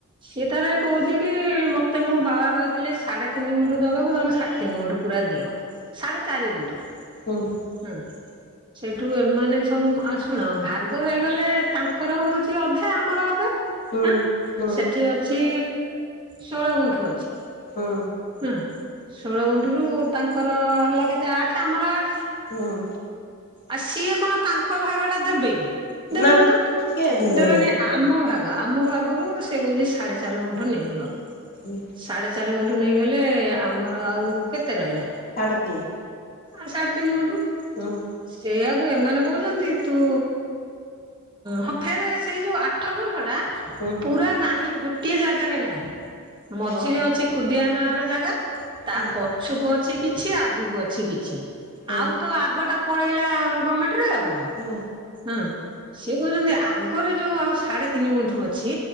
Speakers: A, on the right; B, on the left.
A: ସିଏ ତାରେ କହୁଚି କି ମୋତେ ମୋ ବାବା କହିଥିଲେ ସାଢ଼େ ତିନି ଗୁଣ୍ଠ ଦେବାକୁ ତମେ ସାଢ଼େ ତିନି ଗୁଣ୍ଠ ପୁରା ଦିଅ ସାଢ଼େ ଚାରି ଗୁଣ୍ଠୁ।
B: ହୁଁ।
A: ହୁଁ। ସେଇଠୁ ଏମାନେ ସବୁ ଆ ଶୁଣ ଭାଗ ହେଇଗଲେ ତାଙ୍କର ହଉଚି ଅଧେ ଆମର ଅଧେ।
B: ହୁଁ
A: ହଁ
B: ହୁଁ
A: ସେଠି ଅଛି ଷୋଳ ଗୁଣ୍ଠୁ ଅଛି।
B: ହୁଁ।
A: ହଁ ଷୋଳ ଗୁଣ୍ଠରୁ ତାଙ୍କର ହେଲା କେତେ ଆଠ ଆମର ଆଠ।
B: ହଁ।
A: ଆଉ ସିଏ କଣ ତାଙ୍କ ଭାଗ ଟା ଦେବେ କି? ଦେବେନି
B: ନା କିଏ
A: ତ ଦେବେନି
B: ଦେବେ?
A: ଆମ ଭାଗ ଆମ ଭାଗରୁ ସେ କହୁଛି ସାଢେ ଚାରି ଗୁଣ୍ଠ ନେଇଯିବ।
B: ଉଁ,
A: ସାଢ଼େ ଚାରି ଗୁଣ୍ଠ ନେଇଗଲେ ଆମର ଆଉ କେତେ ରହିଲା?
B: ସାଢ଼େତିନ।
A: ଆଉ ସାଢେ ତିନି ଗୁଣ୍ଠ।
B: ହଁ।
A: ସେଇଆକୁ ଏମାନେ କହୁଛନ୍ତି ତୁ ହଁ ଫେରେ ସେଇ ଯୋଉ ଆଠ ଗୁଣ୍ଠଟା
B: ହୁଁ।
A: ପୁରା ନାହିଁ ଗୋଟିଏ ଜାଗାରେ ନାହିଁ, ମଝିରେ
B: ଓ
A: ଅଛି, କୁଦିଆ ନାର ଜାଗା। ତା
B: ହୁଁ
A: ପଛକୁ ଅଛି କିଛି ଆଗକୁ ଅଛି କିଛି।
B: ହୁଁ
A: ଆଉ ତ ଆଗଟା ପଳେଇଲା ଗମେଣ୍ଟରେ ଆଉ କଣ,
B: ହୁଁ
A: ହଁ। ସିଏ କହୁଛନ୍ତି ଆଗରେ ଯୋଉ ଆଉ ସାଢେ ତିନି ଗୁଣ୍ଠୁ ଅଛି